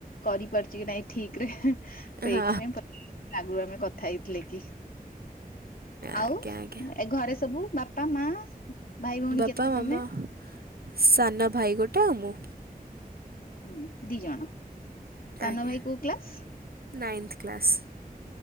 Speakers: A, on the left (about 65°); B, on the right (about 75°).
A: କରିପାରୁଛି କି ନାଇଁ ଠିକ ରେ। ସେଇଥିପାଇଁ
B: ହଁ
A: କହିଲି ଆଗରୁ ଆମେ କଥା ହେଇଥିଲେ କି। ଆଉ
B: ଆଜ୍ଞା ଆଜ୍ଞା
A: ଏ ଘରେ ସବୁ ବାପା ମା ଭାଇ ଭଉଣୀ
B: ବାପା
A: କେତେ
B: ମାମା
A: ତମେ।
B: ସାନ ଭାଇ ଗୋଟେ ଆଉ ମୁଁ।
A: ହୁଏ ଦି ଜଣ ସାନ
B: ଆଜ୍ଞା
A: ଭାଇ କୋଉ କ୍ଲାସ।
B: Ninth class.